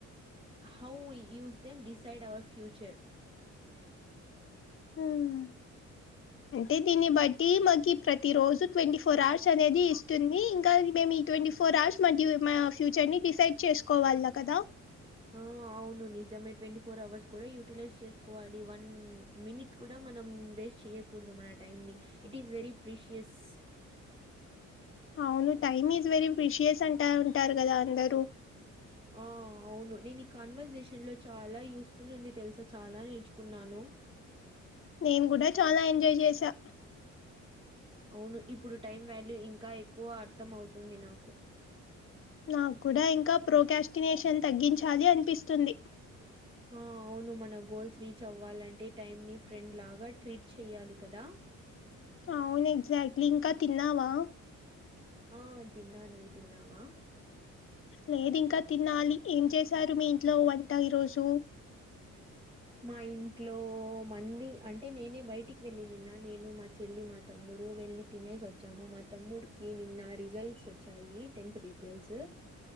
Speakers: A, on the right; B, on the left.
A: how we use them decide our future
B: ఉమ్ అంటే దీన్ని బట్టి మాకి ప్రతి రోజు ట్వంటీ ఫోర్ అవర్స్ అనేది ఇస్తుంది ఇంకా మేము ఈ ట్వంటీ ఫోర్ ఆర్స్ మన ఫ్యూచర్ ని డిసైడ్ చేసుకోవాల కదా
A: ఆ! అవును నిజమే ట్వంటీ ఫోర్ అవర్స్ కూడా యూటిలైజ్ చేసుకోవాలి వన్ మినిట్ కూడా మనం వేస్ట్ చేయకూడదు ఇట్ఇస్ వెరీ ప్రీసియస్
B: అవును టైమ్ ఈస్ వెరీ ప్రీషియస్ అంటా ఉంటారు కదా అందరు
A: ఆ! అవును నేను ఈ కాన్వర్సేషన్ లో చాలా యూస్ఫుల్ ఉంది తెలుసా చాలా నేర్చుకున్నాను
B: నేను కూడా చాలా ఎంజాయ్ చేసా
A: అవును ఇప్పుడు టైం వాల్యూ ఇంకా ఎక్కువ అర్థం అవుతుంది నాకు
B: నాకు కూడా ఇంకా ప్రోకాస్టినేేషన్ తగ్గించాలి అనిపిస్తుంది
A: హా అవును మన గోల్స్నీ రీచ్ అవ్వాలంటే టైమ్ ని ఫ్రెండ్ లాగా ట్రీట్ చెయాలి కదా
B: అవును ఎగ్జాక్ట్లీ ఇంకా తిన్నావా
A: ఆ తిన్నా నువ్ తిన్నావా
B: లేదు ఇంకా తినాలి ఏం చేశారు మీ ఇంట్లో వంట ఈరోజు
A: మా ఇంట్లో మంది అంటే నేనే బయటికి వెళ్ళి నిన్న నేను మా చెల్లి మా తమ్ముడు వెళ్ళి తినే సి వచ్చాము మా తమ్ముడికి నిన్న రిజల్ట్స్ వచ్చాయి టెన్త్ రిజల్ట్స్